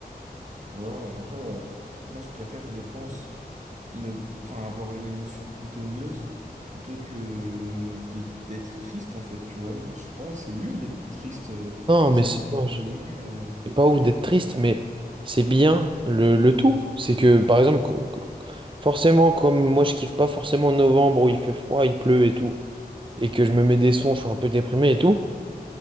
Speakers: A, on the right; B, on the right.
A: Ouais, après, euh, moi, je préfère, je pense, ne, enfin, avoir une émotion plutôt neutre plutôt que de, d'être triste, en fait, tu vois. Genre, je sais pas, c'est nul d'être triste, euh,
B: Non,
A: ça
B: mais c'est...
A: nique
B: non,
A: la journée. euh.
B: C'est pas ouf d'être triste, mais c'est bien le, le tout. C'est que, par exemple, co- co- forcément, comme moi, je kiffe pas forcément novembre où il fait froid, il pleut et tout, et que je me mets des sons, je suis un peu déprimé et tout.